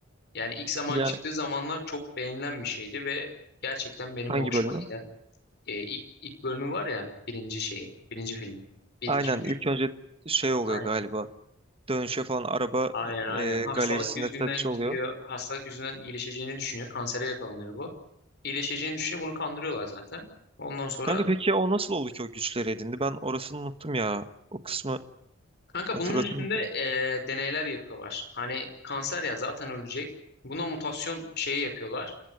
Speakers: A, on the left; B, on the right.
A: Yani ilk zaman
B: yani
A: çıktığı zamanlar çok beğenilen bir şeydi ve gerçekten benim
B: hangi
A: de hoşuma
B: bölümü?
A: giden e, ilk, ilk bölümü var ya birinci şeyi birinci filmi. bir
B: Aynen
A: 2 3.
B: ilk önce şey oluyor
A: aynen
B: galiba. Dönüşe falan araba
A: aynen aynen
B: e,
A: hastalık
B: galerisinde
A: yüzünden
B: satış oluyor.
A: gidiyor hastalık yüzünden iyileşeceğini düşünüyor kansere yakalanıyor bu. İyileşeceğini düşünüyor bunu kandırıyorlar zaten. Ondan sonra
B: Kanka peki ya o nasıl oldu ki o güçleri edindi? Ben orasını unuttum ya. O kısmı
A: Kanka
B: hatırlatır
A: bunun üstünde
B: mısın?
A: e, deneyler yapıyorlar. Hani kanser ya zaten ölecek. Buna mutasyon şeyi yapıyorlar.